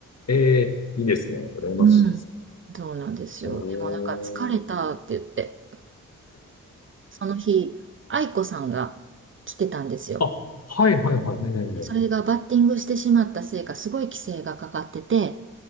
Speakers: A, on the left (about 50°); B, on the right (about 35°).
A: い。ええ、いいですね。羨ましいですね。
B: うん。そうなんですよ。
A: うーん。
B: でもなんか疲れたって言って、その日、愛子さんが来てたんですよ。
A: あ、はいはいはい。ええ。
B: それがバッティングしてしまったせいか、すごい規制がかかってて、